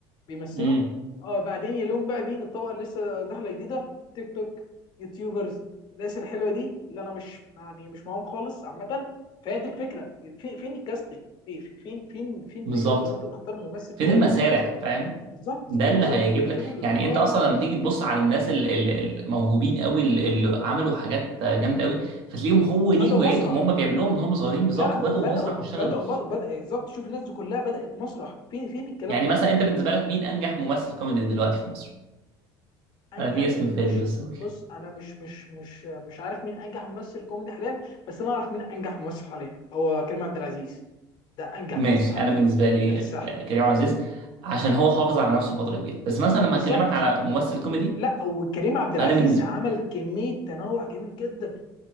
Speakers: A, on the left; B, on the right.
A: بيمثلوا
B: امم
A: اه بعدين يلوم بقى مين الطبقه اللي لسه داخله جديده تيك توك يوتيوبرز الناس الحلوه دي اللي انا مش يعني مش معاهم خالص عامه فهي دي الفكره في- فين الكاستنج في في- فين فين فين
B: بالظبط
A: فكره ان انت تختار ممثل
B: فين
A: كويس
B: المسارح فاهم
A: بالظبط
B: ده اللي
A: بالظبط
B: هيجيب
A: في-
B: لك
A: فين ال...
B: يعني
A: اه
B: انت اصلا لما تيجي تبص على الناس ال- ال- الموهوبين قوي اللي اللي عملوا حاجات جامده قوي فتلاقيهم هو دي
A: بدأوا
B: هوايتهم
A: مسرح
B: هم بيعملوها من هم صغيرين بالظبط
A: لا لا
B: وبداوا
A: بدأوا
B: مسرح
A: بدأوا
B: واشتغلوا
A: بدأ بدأ- بالظبط شوف الناس دي كلها بدأت مسرح فين فين الكلام
B: يعني
A: ده
B: مثلا انت بالنسبه لك مين انجح ممثل كوميدي دلوقتي في مصر
A: أنجح
B: انا في اسم
A: مش
B: في بالي بس قول لي
A: بص أنا مش مش مش مش عارف مين أنجح ممثل كوميدي حاليا بس أنا أعرف مين أنجح ممثل حاليا هو كريم عبد العزيز ده أنجح
B: ماشي
A: ممثل حاليا
B: انا بالنسبه لي
A: ده في الساحة
B: ك- كريم عزيز عشان هو حافظ على نفسه فتره كبيره بس مثلا لما
A: بالظبط
B: اكلمك على ممثل كوميدي
A: لا وكريم عبد العزيز
B: فانا بالنسبه
A: عمل كمية تنوع جميل جدا